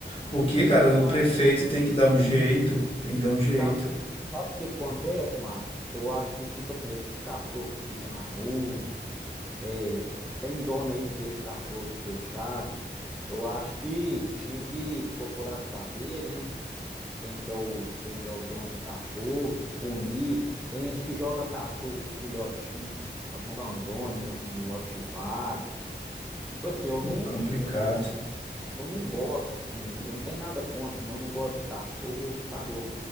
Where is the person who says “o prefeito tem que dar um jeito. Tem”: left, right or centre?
Left